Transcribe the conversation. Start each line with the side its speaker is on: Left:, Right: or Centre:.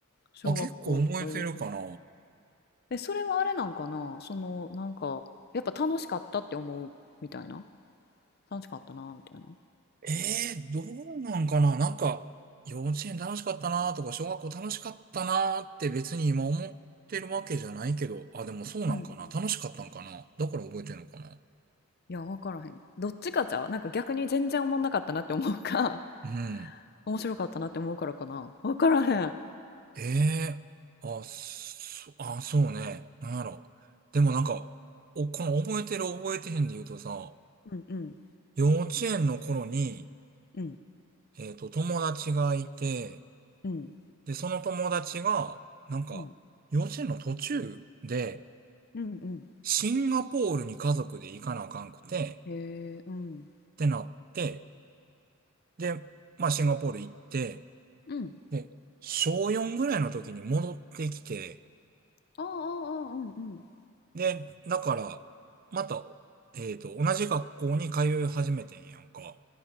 Left: 小学校とか幼稚園とか。
Right: あ、結構覚えてるかな。
Left: え、それはあれなんかなその、なんか、やっぱ楽しかったって思うみたいな。楽しかったな、みたいな。
Right: ええーどうなんかななんか、幼稚園楽しかったなとか、小学校楽しかったなって別に今思ってるわけじゃないけど、あ、でもそうなんかな楽しかったんかなだから覚えてるのかな
Left: うんうん。いや、わからへん。どっちかじゃうなんか逆に全然思んなかったなって思うか、
Right: うん。
Left: <laughs> 面白かったなって思うからかな。わからへん。
Right: ええあ、そ、あ、そうね。なんやろ。でもなんか、お、この覚えてる覚えてへんで言うとさ、
Left: うんうん
Right: 幼稚園の頃に、
Left: うん
Right: えっと、友達がいて、
Left: うん
Right: で、その友達が、なんか、
Left: うん
Right: 幼稚園の途中で、
Left: うんうん。
Right: シンガポールに家族で行かなあかんくて、
Left: へえ、うん。
Right: ってなって、で、まあ、シンガポール行って、
Left: うん。
Right: で、小4ぐらいの時に戻ってきて、
Left: ああ、ああ、ああうんうん。
Right: で、だから、また、えっと、同じ学校に通い始めてんやんか。